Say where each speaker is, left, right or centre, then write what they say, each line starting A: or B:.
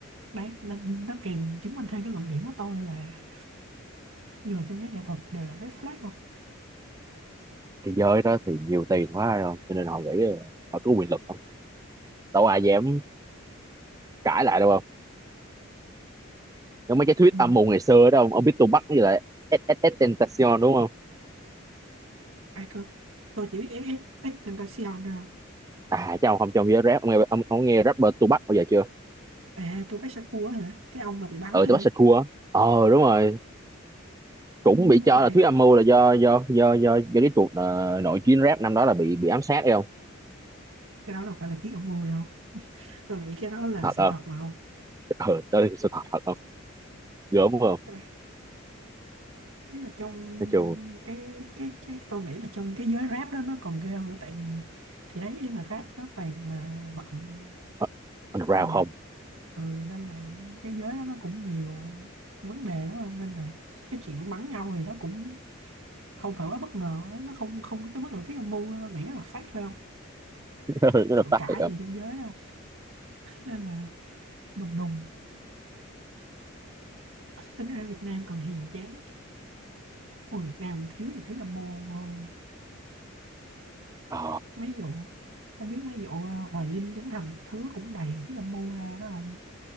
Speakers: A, on the right; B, on the right.
A: đấy nên nó càng chứng minh thêm cái luận điểm của tôi là người trong giới nghệ thuật đều là red flag không
B: cái giới đó thì nhiều tiền quá rồi cho nên họ nghĩ là họ có quyền lực đâu ai dám cãi lại đâu không giống mấy cái thuyết
A: Ừ.
B: âm mưu ngày xưa đó ông ông biết Tupac với lại SS Tentacion đúng không
A: ai cơ tôi chỉ biết XX Tentacion thôi không
B: à chắc ông không cho ông nghe rap ông nghe ông, ông nghe rapper Tupac bao giờ chưa
A: à tôi biết Saku á hả cái ông mà bị bắn
B: ừ
A: hả
B: Tupac Shakur á. ờ đúng rồi cũng
A: Ừ,
B: bị
A: với
B: cho
A: lại
B: là thuyết âm mưu là do do do do do cái cuộc ờ, nội chiến rap năm đó là bị bị ám sát đấy không
A: cái đó đâu phải là thuyết âm mưu đâu tôi nghĩ cái đó là
B: thật
A: sự
B: không
A: thật mà không
B: ừ đó là sự thật thật không gớm không
A: cái đó, ý là trong
B: nói chung
A: cái cái cái tôi nghĩ là trong cái giới rap đó nó còn ghê hơn nữa tại vì thì đấy ý là rap nó toàn là bọn
B: ờ, underground
A: gì nhỉ
B: không
A: ừ nên là cái giới đó nó cũng nhiều vấn đề lắm không nên là cái chuyện bắn nhau thì nó cũng không phải quá bất ngờ đó. nó không không có tới mức là tiếng âm mưu đâu. nghĩ nó là phát thôi không
B: <laughs> nó
A: cự
B: là phát
A: cãi
B: thiệt không
A: gì trong giới đâu nên là đùng đùng tính ra Việt Nam còn hiền chán ôi Việt Nam thiếu gì thứ âm mưu ông ơi
B: ờ
A: mấy vụ không biết mấy vụ ờ, Hoài Linh Trấn Thành thứ cũng đầy thứ âm mưu ra đó không